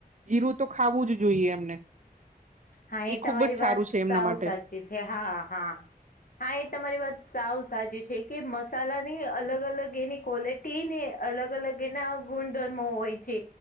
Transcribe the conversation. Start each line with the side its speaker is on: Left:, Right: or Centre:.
Right: જીરું તો ખાવું જ જોઈએ એમને
Left: હા એ તમારી
Right: ખુબ જ
Left: વાત
Right: સારું છે એમના
Left: સાવ
Right: માટે
Left: સાચી છે, હા હા હા એ તમારી વાત સાવ સાચી છે, કે મસાલાની અલગ અલગ એની ક્વોલે ટીને અલગ અલગ એના ગુણધર્મો હોય છે.